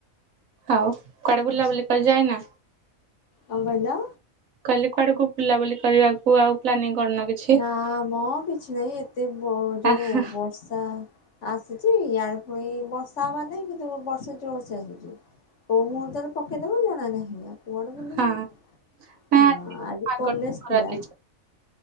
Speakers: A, on the right; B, on the left.
A: ଆଉ କୁଆଡେ ବୁଲା
B: ଆଚ୍ଛା
A: ବୁଲି କରି ଯାଇନା?
B: କଣ କହିଲ?
A: କାଲି କୁଆଡକୁ ବୁଲାବୁଲି କରିବାକୁ ଆଉ ପ୍ଲାନିଂ କରିନ କିଛି?
B: ନା ମ କିଛି ନାହିଁ ଏତେ ବ ଯୋଉ
A: ଆ ହଁ
B: ବର୍ଷା ଆସୁଛି ୟାଡେ ପୁଣି ବର୍ଷା ହବାର ନାହିଁ କିନ୍ତୁ ବର୍ଷା ଜୋରସେ ଆସୁଛି। କୋଉ ମୁହୁର୍ତ୍ତରେ ପକେଇଦବ ଜଣା ନାହିଁ ଆଉ। କୁଆଡେ ବୁଲି
A: ହଁ
B: ଯିବି
A: ନା
B: ହଁ ଆଜି
A: ପାଗ
B: କଲେଜ
A: ଖରା
B: ଥିଲା।
A: ଦେଇଛି